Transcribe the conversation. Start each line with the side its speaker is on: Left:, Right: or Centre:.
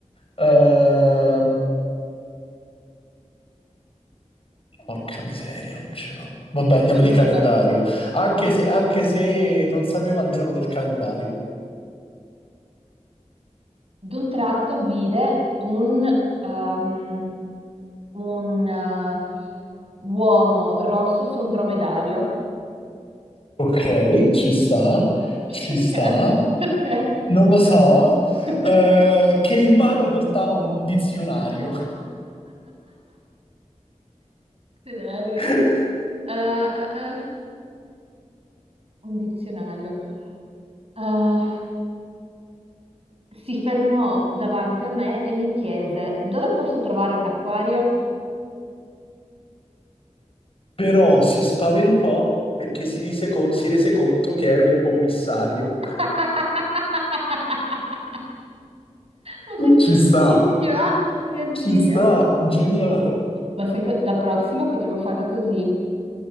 Left: Ehm, porca miseria, non ce l'ho. Vabbè, andiamo
Right: Mi È venuta
Left: di calendario.
Right: una...
Left: Anche se, anche se non sapeva il giorno del calendario.
Right: d'un tratto vide un, ehm, un eh, uomo rosso su un dromedario.
Left: Ok, ci sta, ci
Right: Perché?
Left: sta.
Right: Perché?
Left: Non lo so.
Right: <laughs>
Left: Eh, che in mano portava un dizionario.
Right: Scenario.
Left: <laughs>
Right: Ah, ah, ah. Un dizionario. Eh, si fermò davanti a me e mi chiese: Dove posso trovare un acquario?
Left: Però si spaventò perché si rese, co- si rese conto che era un commissario.
Right: <laughs>
Left: <laughs>
Right: Ma questa
Left: Ci
Right: è
Left: sta,
Right: bellissima, oh mio
Left: ci
Right: Dio.
Left: sta, geniale.
Right: Ma sai co- la prossima potremmo farla così.